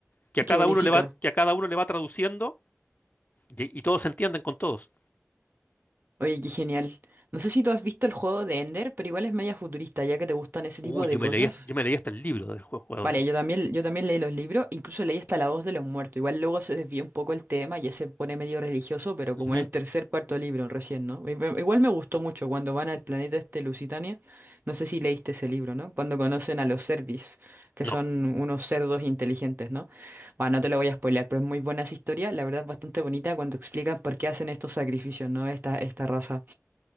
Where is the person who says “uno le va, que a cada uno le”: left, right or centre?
Left